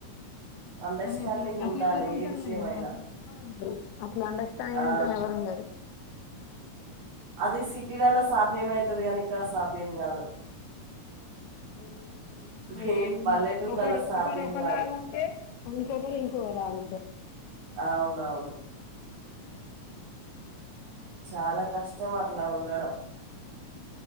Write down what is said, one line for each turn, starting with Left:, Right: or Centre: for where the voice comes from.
Right: అండర్స్టాండింగ్
Left: కాన్ అట్లే అట్లే
Right: ఉండాలి
Left: ఎవ్వరుంటరు
Right: ఏ విషయమైనా
Left: మేడం అట్లే ఎవరుండ అట్లా అండర్స్టాండింగ్
Right: ఆ
Left: తోని ఎవరుండరు
Right: అదీ సిటీలల్ల సాధ్యమైతది గాని ఇక్కడ సాధ్యం గా దు
Left: <unintelligible> అ
Right: మెయిన్
Left: ఏ ఉంది
Right: పల్లెటూర్లలో
Left: ఒకరు
Right: సాధ్యం
Left: ఒకర్ ఒకలాగు
Right: కాదు
Left: టే ఇంకొకరు ఇంకోలాగుంటరు
Right: ఆవునవును చాల కష్టం అట్లా ఉండడం